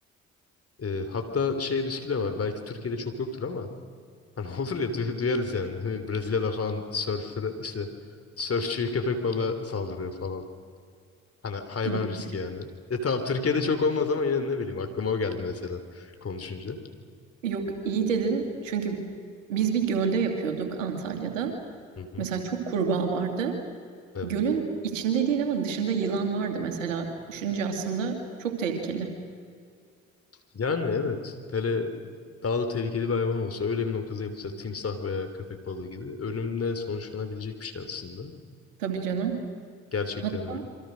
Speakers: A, on the left; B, on the right.
A: Ee, hatta şey riski de var. Belki Türkiye'de çok yoktur ama hani <laughs> olur ya duy- duyarız yani. Hani Brezilya'da falan surfer, işte sörfçü köpek balığı saldırıyor falan. Hani hayvan
B: İyi.
A: riski yani. E tamam Türkiye'de çok olmaz ama yine ne bileyim aklıma o geldi mesela konuşunca.
B: <laughs> Yok iyi dedin çünkü biz bir gölde yapıyorduk Antalya'da.
A: Hı hı.
B: Mesela çok kurbağa vardı.
A: Evet.
B: Gölün içinde değil ama dışında yılan vardı mesela. Düşünce aslında çok tehlikeli.
A: Yani evet. Hele daha da tehlikeli bir hayvan olsa öyle bir noktada yapılsa timsah veya köpek balığı gibi ölümle sonuçlanabilecek bir şey aslında.
B: Tabii canım.
A: Gerçekten
B: Hatta
A: öyle.